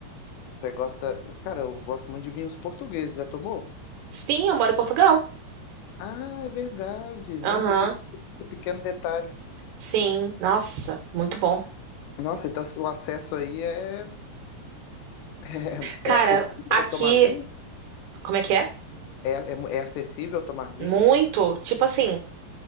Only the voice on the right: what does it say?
Sim, eu moro em Portugal.
Aham.
Sim, nossa, muito bom.
Cara,
aqui,
como é que é?
Muito, tipo assim,